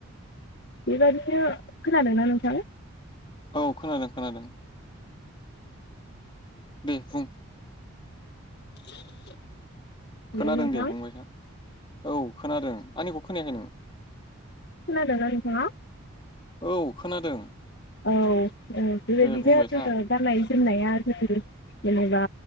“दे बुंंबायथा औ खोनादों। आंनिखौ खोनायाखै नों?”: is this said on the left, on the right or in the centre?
Left